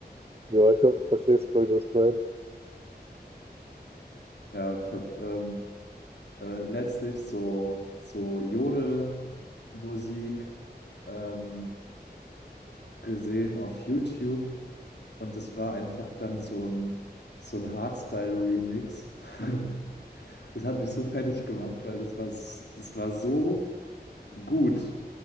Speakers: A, on the right; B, on the left.
A: Ja, ich glaube, du verstehst, glaube ich, was ich meine.
B: ja, ich habe ähm, äh, letztlich so, so Jodelmusik ähm, gesehen auf YouTube und es war einfach dann so ein, so ein Hardstyle-Remix. <laughs> Das hat mich so fertig gemacht, weil das war, s- das war so gut.